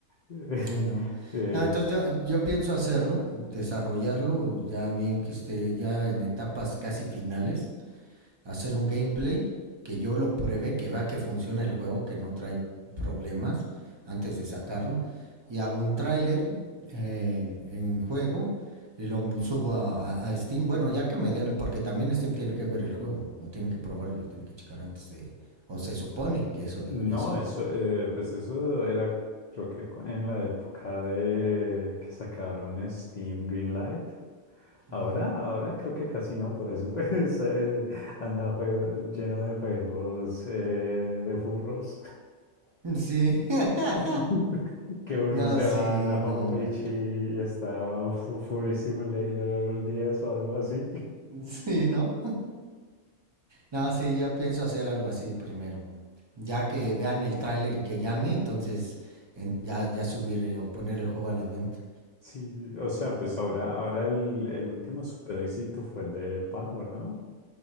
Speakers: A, on the left; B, on the right.
A: Eh,
B: Sí, no.
A: <laughs> eh,
B: no entonces yo, yo pienso hacerlo, desarrollarlo, ya bien que esté ya en etapas casi finales. hacer un gameplay que yo lo pruebe, que vea que funciona el juego, que no trae problemas antes de sacarlo. Y hago un tráiler en, en juego y lo subo a, a, Steam. Bueno, ya que me den, porque también Steam tiene que ver el juego, lo tiene que probar y lo tiene que checar antes de. O se supone que eso
A: no,
B: debería ser,
A: eso,
B: ¿no?
A: eh, pues eso era, creo que cu- en la época de que sacaron Steam Greenlight.
B: Uh
A: Ahora, ahora creo que casi no, por eso te, <laughs> se- eh, anda jue- lleno de juegos eh, de furros.
B: -huh. Sí, <laughs>
A: <laughs> que uno
B: no,
A: se
B: sí,
A: va a la homepage
B: no. ah.
A: y, y está Fu- Fury Simulator 10 o algo así. <laughs>
B: Sí, no. No, sí, yo pienso hacer algo así primero. Ya que vean el tráiler y que llame, entonces en- ya, ya subir eh, o poner el juego a la venta.
A: Sí, o sea, pues ahora, ahora el, el último super éxito fue el de Palworld, ¿no?